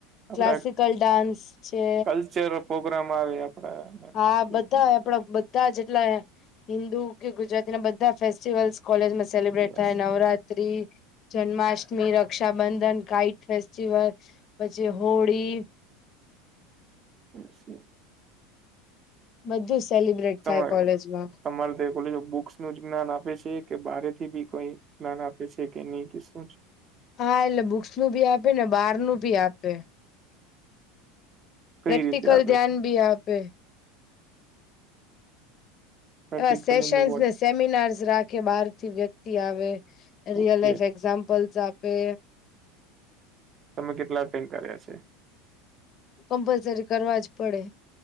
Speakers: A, on the right (about 35°); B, on the left (about 45°).
A: આપડા
B: ક્લાસિકલ ડાન્સ છે
A: કલ્ચર પ્રોગ્રામ આવે આપડા
B: હા
A: મતલબ
B: બધા આપડા બધા જેટલા હિન્દુ કે ગુજરાતી ના બધા ફેસ્ટિવલ્સ કોલેજ માં સેલિબ્રેટ
A: યસ
B: થાય નવરાત્રી જન્માષ્ટમી, રક્ષાબંધન, કાઇટ ફેસ્ટિવલ પછી હોળી
A: અચ્છા
B: બધું સેલિબ્રેટ
A: તમારે
B: થાય કોલેજમાં
A: તમારે દે કોલેજમા બુક્સ નું જ્ઞાન આપે છે કે બારે થી બી કોઈ જ્ઞાન આપે છે કે નહી કે શું છે?
B: હા એટલે બુક્સ નું ભી આપે ને બાર નું ભી આપે
A: કઈ
B: પ્રેક્ટિકલ
A: રીતે આપે
B: ધ્યાન
A: છે
B: ભી આપે
A: પ્રેક્ટિકલ
B: એવા સેશન્સને
A: ઇન ધ વોટ
B: સેમિનાર્સ રાખે બહાર થી વ્યક્તિ આવે રિયલ
A: ઓકે
B: લાઈફ એક્ઝામ્પલ્સ આપે
A: તમે કેટલા અટેન કર્યા છે?
B: કમ્પલસરી કરવા જ પડે